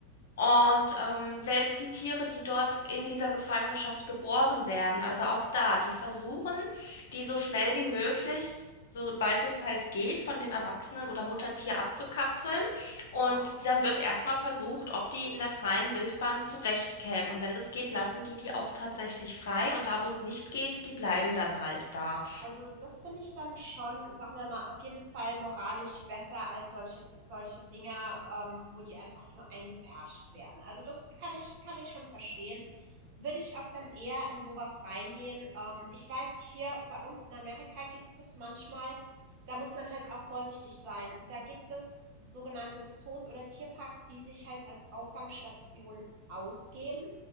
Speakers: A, on the left (about 60°); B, on the right (about 45°).
A: Und ähm, selbst die Tiere, die dort in dieser Gefangenschaft geboren werden, also auch da, die versuchen,
B: Mhm.
A: die so schnell wie möglich, sobald es halt geht, von dem Erwachsenen oder Muttertier abzukapseln. Und
B: Ja.
A: dann wird erstmal versucht, ob die in der freien Wildbahn zurechtkämen. Und wenn das geht, lassen die die auch tatsächlich frei. Und da, wo es nicht geht, die bleiben dann halt da.
B: Also, das finde ich dann schon, sagen wir mal, auf jeden Fall moralisch besser als solche solche Dinger, ähm, wo die einfach nur eingepfercht werden. Also, das kann ich kann ich schon verstehen. Würde ich auch dann eher in sowas reingehen. Ähm, ich weiß, hier bei uns in Amerika gibt es manchmal da muss man halt auch vorsichtig sein. Da gibt es sogenannte Zoos oder Tierparks, die sich halt als Auffangstation ausgeben